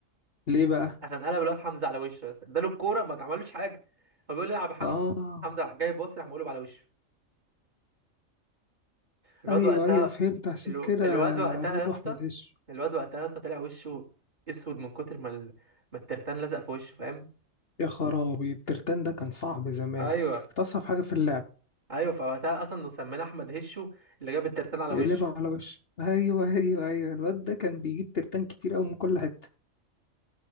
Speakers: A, on the left (about 50°); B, on the right (about 35°).
A: ليه بقى
B: عشان قلب الواد حمزه على وشه بس اداله الكوره ما عملوش حاجه هو بيقول لي العب يا حمزه
A: اه
B: حمزه راح جاي باص راح مقلب على وشه الواد
A: ايوه
B: وقتها
A: ايوه فهمت عشان
B: الو...
A: كده
B: الواد وقتها
A: قالوا
B: يا
A: له
B: اسطى
A: احمد هش
B: الواد وقتها يا اسطى طلع وشه اسود من كتر ما ال... ما الترتان لزق في وشه فاهم
A: يا خرابي الترتان ده كان صعب زمان
B: ايوه
A: كانت اصعب حاجه في اللعب
B: ايوه فوقتها اصلا سمينا احمد هشو اللي جاب الترتان على
A: يقلبه
B: وشه
A: على وشه ايوه ايوه ايوه الواد ده كان بيجيب ترتان كتير قوي من كل حته